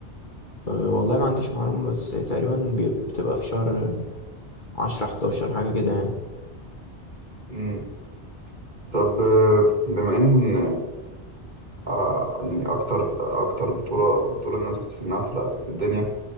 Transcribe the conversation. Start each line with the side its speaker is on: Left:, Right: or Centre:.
Left: أه، والله ما عنديش معلومه بس تقريبا بي- بتبقى في شهر عشرة حداشر حاجة كده يعني
Right: مم. طب آه، بما ان آه، يعني اكتر اكتر بطولة بطولة الناس بتستناها في الع- في الدنيا